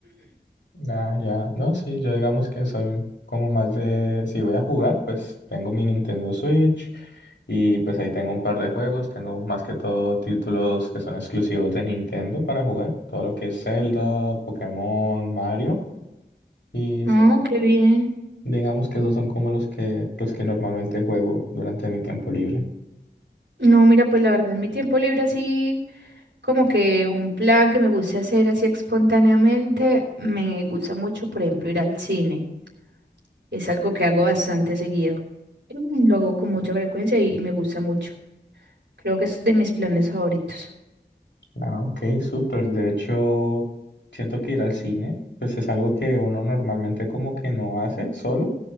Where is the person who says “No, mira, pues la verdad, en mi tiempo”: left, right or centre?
Right